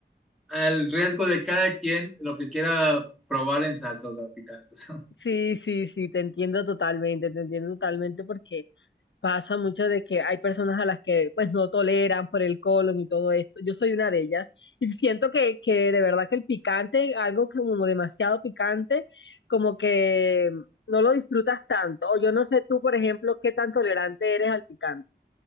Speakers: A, in the centre; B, on the left.
A: al riesgo de cada quien lo que quiera probar en salsas ¿verdad? picantes.
B: Sí, sí, sí, te entiendo totalmente, te entiendo totalmente porque pasa mucho de que hay personas a las que pues no toleran por el colon y todo esto. Yo soy una de ellas y <laughs> siento que, que de verdad que el picante, algo que como demasiado picante, como que no lo disfrutas tanto. O yo no sé tú, por ejemplo, qué tan tolerante eres al picante.